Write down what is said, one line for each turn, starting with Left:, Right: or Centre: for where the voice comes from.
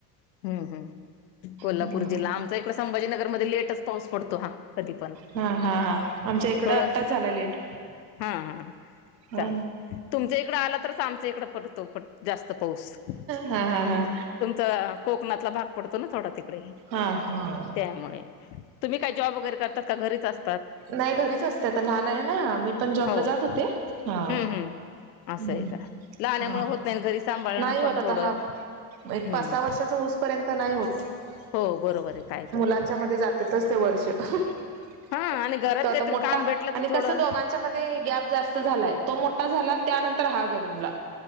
Left: हम्म हम् कोल्हापूर
Right: हम्म
Left: जिल्हा, आमचा इकड संभाजीनगर मध्ये लेटच पाऊस पडतो हा, कधी पण,
Right: हा हा हा आमच्या इकडं
Left: थोडं
Right: आत्ताच झाला लेट.
Left: हा हा,
Right: हा
Left: चांग तुमच्या इकडं आला, तरच आमच्या इकडं पडतो प जास्त पाऊस. <unintelligible>
Right: हा हा
Left: तुमचं कोकणातला भाग, डतो ना थोडा तिकडे,
Right: हा हा.
Left: त्यामुळे तुम्ही काय जॉब वगैरे करताात का घरीच अस?
Right: नाही घरीच असते आता लहान आहेना, मी पण जॉबला
Left: हो
Right: जात होते हा
Left: हम्म हम्म असं
Right: हम्म
Left: आहे का लहाण्यामुळे
Right: हा
Left: होत नाही घरी सांभाळणं
Right: नाही
Left: पण
Right: होताता
Left: थोडं
Right: ह, पाच
Left: हम्म
Right: सहा वर्षाचा हुस, पर्यंत नाही होत
Left: हो बरोबर आहे कायतरी
Right: मुलांच्या मध्ये जातातच. वर्ष <unintelligible>
Left: हा आणि घरात
Right: तो आता
Left: काहीतरी
Right: मोठा
Left: काम भेटलं
Right: आणि
Left: तर थोडं
Right: कसं दोघं, याचं मध्ये गेप जास्त झालाय, तो मोठा झाला त्यानंतर हा जन्मला,